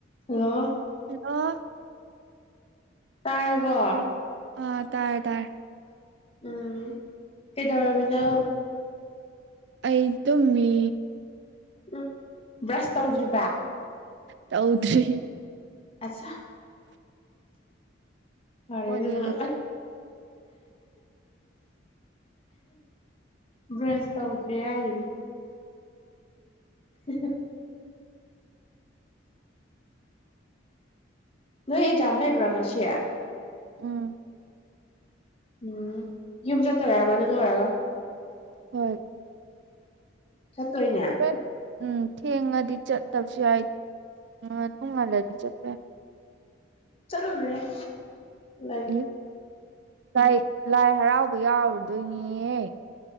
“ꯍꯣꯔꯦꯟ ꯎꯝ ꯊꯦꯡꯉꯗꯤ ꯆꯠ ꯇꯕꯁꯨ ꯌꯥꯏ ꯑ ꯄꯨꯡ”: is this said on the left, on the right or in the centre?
Right